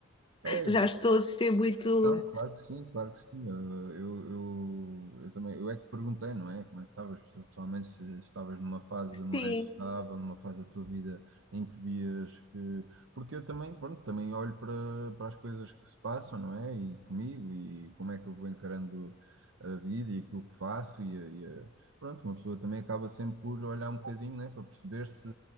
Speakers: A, on the right; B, on the left.
A: É,
B: Já estou a ser muito.
A: Não, claro que sim, claro que sim. Eu, eu, eu, eu também, eu é que te perguntei, não é? Como é que estavas pessoalmente, se se estavas numa fase mais
B: Sim,
A: estável, numa fase da tua vida em que vias que. Porque eu também, pronto, também olho para, para as coisas que se passam, não é? E comigo, e como é que eu vou encarando a vida e aquilo que faço, e, a- e a- pronto, uma pessoa também acaba sempre por olhar um bocadinho, né? Para perceber se,